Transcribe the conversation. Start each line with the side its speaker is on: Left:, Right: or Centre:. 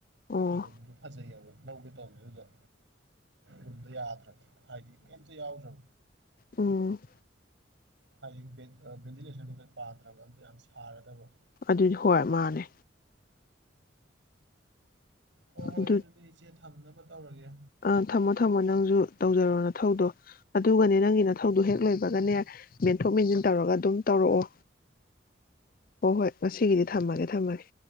Left: ꯑꯣ
Right: ꯔꯨꯝꯗꯨ ꯐꯖꯩꯑꯕ ꯂꯧꯒꯦ ꯇꯧꯕꯁ ꯑꯗꯨꯗꯣ ꯌꯨꯝꯗ ꯌꯥꯗ꯭ꯔ ꯍꯥꯏꯗꯤ ꯀꯩꯝꯇ ꯌꯥꯎꯗ꯭ꯔ
Left: ꯑꯣ
Right: ꯍꯥꯏꯗꯤ ꯚꯦꯟꯇꯤꯂꯦꯁꯟꯗꯨꯣ ꯈꯔ ꯄꯥꯗ꯭ꯔꯕ ꯑꯝꯇ ꯌꯥꯝ ꯁꯥꯔꯗꯕ
Left: ꯑꯗꯨꯗꯤ ꯍꯣꯏ ꯃꯥꯅꯦ
Right: ꯑꯣ ꯍꯣꯏ
Left: ꯑꯗꯨ
Right: ꯌꯥ ꯑꯗꯨꯗꯤ ꯏꯆꯦ ꯊ ꯊꯝꯅꯕ ꯇꯧꯔꯒꯦ
Left: ꯑꯥ ꯊꯝꯃꯣ ꯊꯝꯃꯣ ꯅꯪꯁꯨ ꯇꯧꯖꯔꯣ ꯅꯊꯧꯗꯣ ꯑꯗꯨꯒꯅꯦ ꯅꯪꯒꯤ ꯅ ꯊꯧꯗꯨ
Right: ꯍꯣꯏ
Left: ꯍꯦꯛ
Right: ꯍꯣꯏ
Left: ꯂꯣꯏꯕꯒꯅꯦ ꯃꯦꯟꯊꯣꯛ ꯃꯦꯟꯁꯤꯟ ꯇꯧꯔꯒ ꯑꯗꯨꯝ ꯇꯧꯔꯛꯑꯣ ꯍꯣꯏ ꯍꯣꯏ ꯉꯁꯤꯒꯤꯗꯤ ꯊꯝꯃꯒꯦ ꯊꯝꯃꯒꯦ